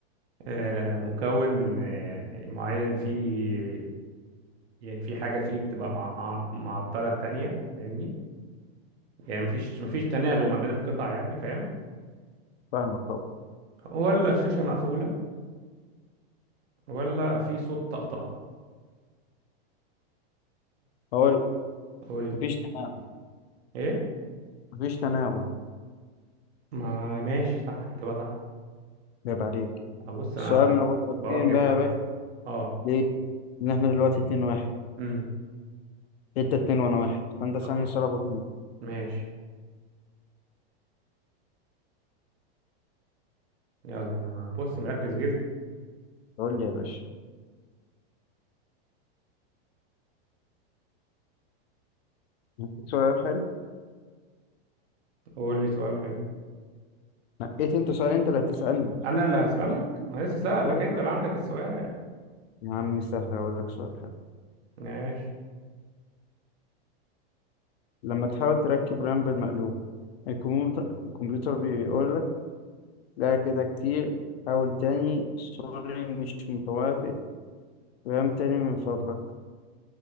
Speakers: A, on the right; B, on the left.
A: آه مكون آه معين فيه يعني في حاجه فيه بتبقى مع معطله التانية فاهمني يعني مفيش مفيش تناغم ما بين القطع يعني فاهم
B: فاهمك طبعا
A: ولا الشاشه مقفوله ولا في صوت طقطقه
B: هقول
A: قول لي
B: مفيش تناغم
A: ايه
B: مفيش تناغم
A: ما ماشي صح اجابه صح
B: جاب عليك
A: ابص انا
B: السؤال من ابو طرفين
A: بوجب
B: بقى
A: معاك
B: يا باشا
A: اهو اه
B: ليه؟ ان احنا دلوقتي اتنين واحد
A: امم
B: انت اتنين وانا واحد فانت سألني
A: اه
B: سؤال ابو اتنين
A: ماشي يلا انا بص مركز جدا
B: قول لي يا باشا هديك سؤال حلو
A: قول لي سؤال حلو
B: نقيت انت سؤال انت اللي هتسألني
A: انا اللي هسألك ما لسه سألك
B: اه
A: انت
B: يا باشا
A: اللي عندك السؤال
B: يا عم سهل هقول لك سؤال حلو
A: ماشي
B: لما تحاول تركب رام بالمقلوب الكمبيوتر الكمبيوتر بيقول لك لا كده كتير حاول تاني سوري مش متوافق غام تاني من فضلك